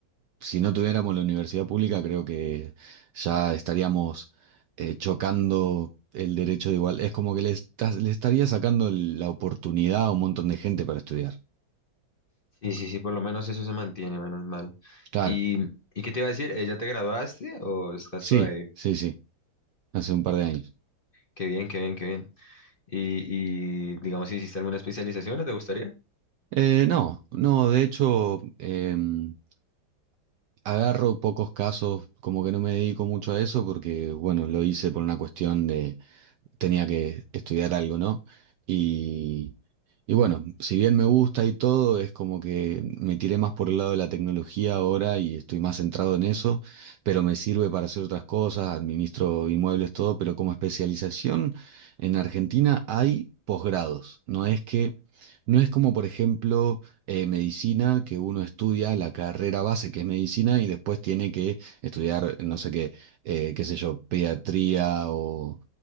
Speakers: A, on the right; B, on the left.
A: si no tuviéramos la universidad pública, creo que ya estaríamos eh, chocando el derecho de igual. Es como que le, estás- le estaría sacando el- la oportunidad a un montón de gente para estudiar.
B: Sí, sí, sí, por lo menos eso se mantiene, menos mal.
A: Claro,
B: ¿Y, y qué te iba a decir? ¿Eh, ¿Ya te graduaste o estás
A: sí,
B: todavía?
A: sí, sí, hace un par de años.
B: Qué bien, qué bien, qué bien. Y, y digamos, si hiciste alguna especialización, ¿no te gustaría?
A: Eh, no, no, de hecho, em, agarro pocos casos, como que no me dedico mucho a eso porque, bueno, lo hice por una cuestión tenía que estudiar algo, ¿no? Y, y bueno, si bien me gusta y todo, es como que me tiré más por el lado de la tecnología ahora y estoy más centrado en eso, pero me sirve para hacer otras cosas, administro inmuebles, todo, pero como especialización en Argentina hay posgrados, no es que... No es como, por ejemplo, eh, medicina, que uno estudia la carrera base, que es medicina, y después tiene que estudiar, no sé qué, eh, qué sé yo, pediatría o